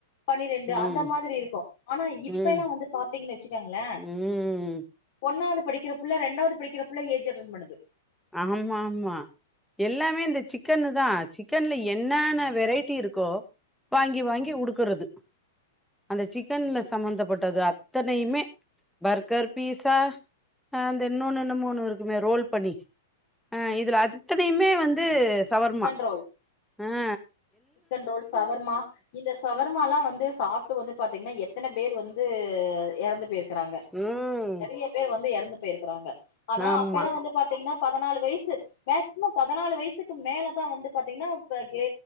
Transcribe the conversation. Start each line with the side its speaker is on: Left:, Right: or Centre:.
Left: பனிரெண்டு
Centre: ம்
Left: அந்த மாதிரி இருக்கு ஆனா இப்பெல்லா
Centre: ம்
Left: வந்து பாத்தீங்கன்னு வச்சுக்கோங்ளே
Centre: ம்
Left: ஒன்னாது படிக்கிற புள்ள ரெண்டாது படிக்கிற புள்ள ஏஜ் அட்டன் பன்னுது
Centre: ஆமா ஆமா எல்லாமே இந்த சிக்கன்னு தா சிக்கன்ல என்னான வெரைட்டி இருக்கோ வாங்கி வாங்கி உடுக்குறது அந்த சிக்கன்ல சம்பந்தப்பட்டது அத்தனையுமே பர்கர் பீஸா அ அந்த இன்னொன்னு என்னமோ ஒன்னு இருக்குமே ரோல் பண்ணி ஆ இதுல அத்தனையுமே வந்து சவர்மா
Left: சிக்கன் ரோல்
Centre: ம்
Left: சிக்கன் ரோல் சவர்மா இந்த சவர் ர்மாலா வந்து சாப்ட்டு வந்து பாத்தீங்கன்னா எத் எத்தன பேர் வந்து எறந்து போயிருக்குறாங்க
Centre: ம்
Left: நெறைய பேர் வந்து எறந்து போயிருக்குறாங்க ஆனா
Centre: ஆமா
Left: அப்பல்லா வந்து பாத்தீங்கன்னா பதனாலு வயசு மேக்சிமம் பதனாலு வயசுக்கு மேலதா வந்து பாத்தீங்கன்னா இப்ப கே